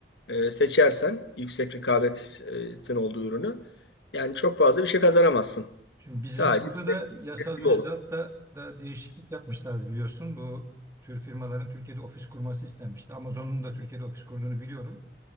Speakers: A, on the left; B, on the right.
A: e, seçersen, yüksek rekabetin olduğu ürünü, yani çok fazla bir şey kazanamazsın.
B: Şimdi bizim
A: Sadece
B: burada
A: bir tek
B: da yasal mevzuatta
A: bir yol.
B: da değişiklik yapmışlardı biliyorsun. Bu tür firmaların Türkiye'de ofis kurması istenmişti. Amazon'un da Türkiye'de ofis kurduğunu biliyorum.